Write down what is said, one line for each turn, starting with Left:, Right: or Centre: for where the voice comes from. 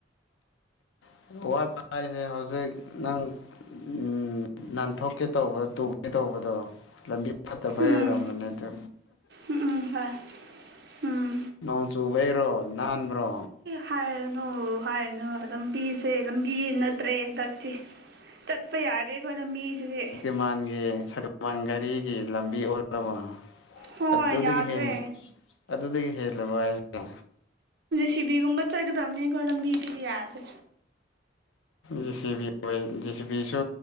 Left: <unintelligible> ꯍꯧꯖꯤꯛ ꯍꯧꯖꯤꯛ ꯅꯪ ꯎꯝ ꯅꯥꯟꯊꯣꯛꯀꯦ ꯇꯧꯕꯗꯣ ꯇꯨꯀꯦ ꯇꯧꯕꯗꯣ ꯂꯝꯕꯤ ꯐꯠꯇꯕꯩ
Right: ꯎꯝ
Left: ꯑꯣꯏꯔꯝꯒꯅꯦ ꯑꯗꯨ
Right: ꯎꯝ ꯎꯝ ꯍꯣꯏ ꯎꯝ
Left: ꯅꯣꯡ ꯆꯨꯕꯩꯔꯣ ꯅꯥꯟꯕ꯭ꯔꯣ
Right: ꯍꯥꯏꯔꯅꯣ ꯍꯥꯏꯔꯅꯣ ꯂꯝꯕꯤꯁꯦ ꯂꯝꯕꯤ ꯅꯠꯇ꯭ꯔꯦ ꯍꯟꯗꯛꯇꯤ ꯇꯠꯄ ꯌꯥꯔꯦꯀꯣ ꯂꯝꯕꯤꯁꯤꯗꯤ
Left: ꯃꯥꯟꯒꯤ ꯍꯥꯢꯔꯛ ꯋꯥꯟ ꯒꯥꯔꯤꯒꯤ ꯂꯝꯕꯤ ꯑꯣꯜꯂꯕ
Right: ꯍꯣꯏ
Left: ꯑꯗꯨꯗꯒꯤ
Right: ꯌꯥꯗ꯭ꯔꯦ
Left: ꯍꯦꯟꯅ ꯑꯗꯨꯗꯒꯤ ꯍꯦꯜꯂꯦꯕ ꯍꯥꯏꯁꯦ
Right: ꯁꯤꯕꯤꯒꯨꯝꯕ ꯆꯠꯒꯗꯕꯅꯤ ꯀ ꯂꯝꯕꯤꯗꯤ ꯌꯥꯗ꯭ꯔꯦ
Left: ꯖꯦ ꯁꯤ ꯕꯤ ꯑꯣꯏ ꯖꯤ ꯁꯤ ꯕꯤꯁꯨ